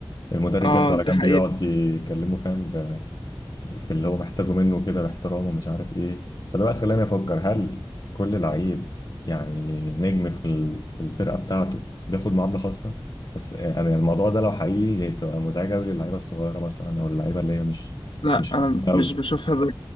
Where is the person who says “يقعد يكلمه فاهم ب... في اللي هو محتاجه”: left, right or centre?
Left